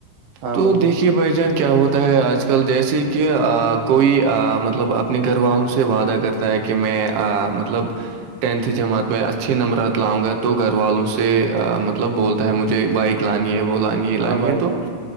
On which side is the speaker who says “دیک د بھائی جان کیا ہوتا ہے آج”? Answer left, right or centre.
Right